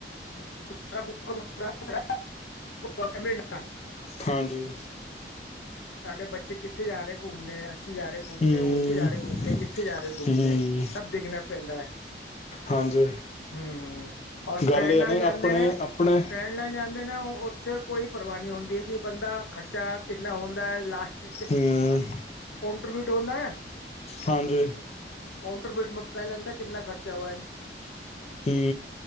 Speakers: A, on the left; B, on the left.
A: <unintelligible> ਨਾਲ
B: ਹਾਂਜੀ
A: ਸਾਡੇ ਬੱਚੇ ਕਿੱਥੇ ਜਾ ਰਹੇ <unintelligible> ਅਸੀਂ ਜਾ ਰਹੇ ਘੁੰਮਣੇ
B: ਹੂੰ
A: ਉੱਥੇ ਜਾ ਰਹੇ ਘੁੰਮਣੇ ਕਿੱਥੇ ਜਾ ਰਹੇ ਘੁੰਮਣੇ
B: ਹੂੰ
A: ਸਭ ਦੇਖਣਾ ਪੈਂਦਾ ਹੈ
B: ਹਾਂਜੀ
A: ਹਮ ਔਰ
B: ਗੱਲ
A: ਫਰੈਂਡ
B: ਇਹ
A: ਨਾਲ
B: ਹੈ ਨਾ
A: ਜਾਂਦੇ
B: ਆਪਣੇ
A: ਨੇ
B: ਆਪਣੇ
A: ਫਰੈਂਡ ਨਾਲ ਜਾਂਦੇ ਨੇ ਉਹ ਉਹੱ <unintelligible> ਔਥੇ ਕੋਈ ਪਰਵਾਹ ਨਹੀਂ ਹੁੰਦੀ ਹੈ ਕਿ ਬੰਦਾ ਖਰਚਾ ਕਿੰਨਾ ਹੋ ਲਾਸਟ ਚ
B: ਹੂੰ
A: ਊਟ ਹੁੰਦਾ <unintelligible>
B: ਹਾਂਜੀ
A: ਕਾਂਟਰ ਬਿਊਟ ਮੈਂ ਪ ਪਹਿਲੇ ਅੰਦਰ ਕਿਤਨਾ ਖਰਚਾ ਹੋਇਆ।
B: ਹੂੰ